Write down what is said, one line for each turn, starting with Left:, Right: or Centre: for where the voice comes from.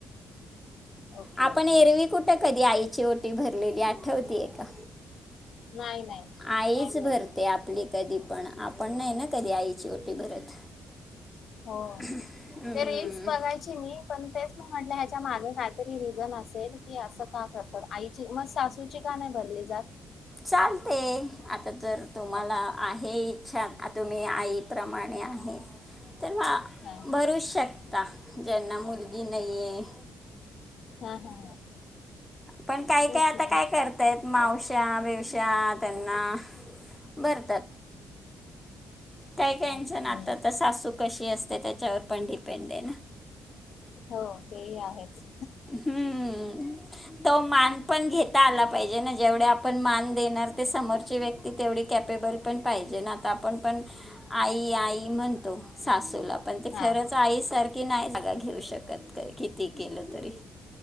Left: ओके
Centre: आपण
Left: ओके
Centre: एरवी कुठं कधी आय ओटी भरलेली आठवती का
Left: नाही नाही
Centre: आईच
Left: नाही बरोबर
Centre: भरते आपली कधी पण आपण नाही ना कधी आईची ओटी भरत
Left: हो
Centre: हम्म
Left: ते रील्स बघायची मी पण तेच म्हटलं ह्याच्या मागे काहीतरी रिझन असेल की असं का करतात आईची मग सासूची का नाही भरली जात
Centre: चालते आ आता जर तुम्हाला
Left: अच्छा
Centre: आहे च्छा तुम्ही आईप्रमाणे आहे तर वा
Left: हा हा
Centre: भरू शक आता ज्यांना मुलगी नाही आहे
Left: हा हा
Centre: पण काही
Left: तेच
Centre: काय आता
Left: ना मा
Centre: काय करतय मावश्या बेवश्या त्यांना बरं काशन
Left: हम्म
Centre: आता सासू कशी अस त्याच्यावर पंड पंडे आहे ना
Left: हो तेही आहेच
Centre: हम्म तो मान पण घेत आला पाहिजे ना जेवढे आपण मान देणार ते समोरची व्यक्ती तेवढी कॅपेबल पण पाहिजे ना आता आपण पण आई आई म्हणतो सासूला पण ते
Left: हा
Centre: खरंच आईसारखं की नाही सगा घेऊ शकत का किती केलं तरी